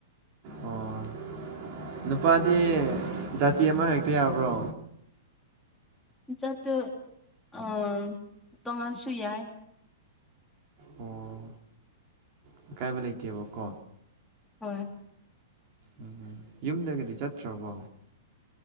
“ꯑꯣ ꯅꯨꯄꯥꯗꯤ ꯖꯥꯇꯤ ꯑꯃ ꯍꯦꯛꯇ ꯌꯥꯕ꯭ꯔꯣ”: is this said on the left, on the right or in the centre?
Right